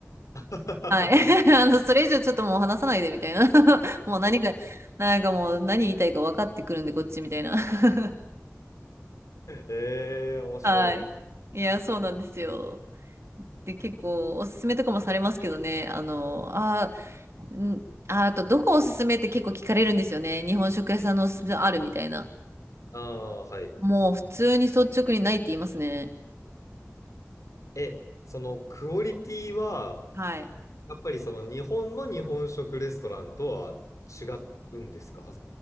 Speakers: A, on the left; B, on the right.
A: <laughs>
B: はい。<laughs> あの、それ以上ちょっともう話さないでみたいな。<laughs> もう何が、なんかもう何言いたいか分かってくるんでこっちみたいな。<laughs>
A: えー、面白い。
B: はい。いや、そうなんですよ。で、結構おすすめとかもされますけどね。あの、あん、あ、あと、どこおすすめって結構聞かれるんですよね。日本食屋さんのおすすめあるみたいな。
A: ああはい。
B: もう普通に率直にないって言いますね。
A: え、そのクオリティは、
B: はい。
A: やっぱりその日本の日本食レストランとは違うんですか